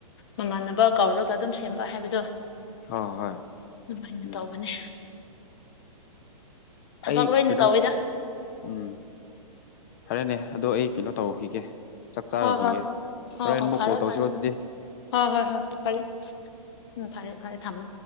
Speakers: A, on the left; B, on the left.
A: ꯃꯃꯥꯟꯅꯕ ꯀꯧꯔꯒ ꯑꯗꯨꯝ ꯁꯦꯝꯕ ꯍꯥꯏꯕꯗꯣ
B: ꯍꯣꯏ ꯍꯣꯏ
A: ꯑꯗꯨꯃꯥꯏꯅ
B: ꯎꯝ
A: ꯇꯧꯕꯅꯦ ꯊꯕꯛ
B: ꯑꯩ
A: ꯂꯣꯏꯅ
B: ꯀꯩꯅꯣ
A: ꯇꯧꯋꯤꯗ
B: ꯎꯝ ꯐꯔꯦꯅꯦ ꯑꯗꯣ ꯑꯩ ꯀꯩꯅꯣ ꯇꯧꯔꯨꯈꯤꯒꯦ ꯆꯥꯛ ꯆꯥꯔꯨꯈꯤꯒꯦ
A: ꯍꯣꯏ ꯍꯣꯏ
B: ꯍꯣꯔꯦꯟ
A: ꯑꯣ ꯑꯣ
B: ꯑꯃꯨꯛ
A: ꯐꯔꯦ
B: ꯀꯣꯜ ꯇꯧꯁꯤꯀꯣ
A: ꯐꯔꯦ
B: ꯑꯗꯨꯗꯤ
A: ꯍꯣꯏ ꯍꯣꯏ ꯍꯣꯏ ꯐꯔꯦ ꯎꯝ ꯐꯔꯦ ꯐꯔꯦ ꯊꯝꯃꯦ